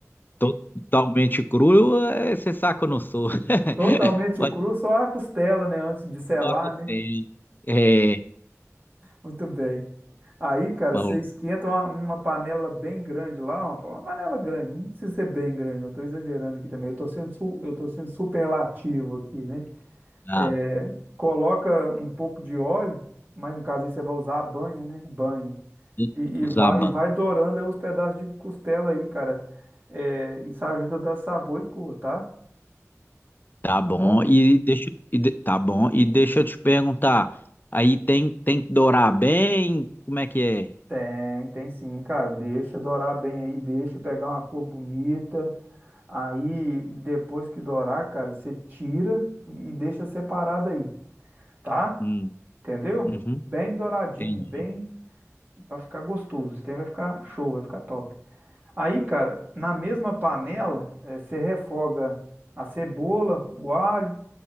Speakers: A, on the left; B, on the right.
A: totalmente cru, é, você saca que eu não sou. <laughs>
B: Totalmente
A: Pode
B: cru, só a costela, né? Antes de selar,
A: só costela.
B: né?
A: É,
B: Muito bem. Aí, cara,
A: bom.
B: você esquenta uma, uma panela bem grande lá, uma, uma panela grande, não precisa ser bem grande, não estou exagerando aqui também, eu estou sendo, su- eu tô sendo superlativo aqui, né?
A: tá.
B: É, coloca um pouco de óleo, mas no caso aí você vai usar a banha, né? Banha.
A: E
B: E, e vai,
A: Zaban,
B: e vai dourando aí os pedaços de costela aí, cara. É, isso ajuda a dar sabor e cor, tá?
A: tá
B: Tá
A: bom.
B: bom?
A: E deixa, e de- tá bom. E deixa eu te perguntar, aí tem tem que dourar bem? Como é que é?
B: Tem, tem sim, cara. Deixa dourar bem aí, deixa pegar uma cor bonita. Aí, depois que dourar, cara, você tira e deixa separado aí, tá?
A: Hum,
B: Entendeu?
A: uhum,
B: Bem douradinho,
A: entendi.
B: bem pra ficar gostoso. Isso daí vai ficar show, vai ficar top. Aí, cara, na mesma panela, eh, você refoga a cebola, o alho.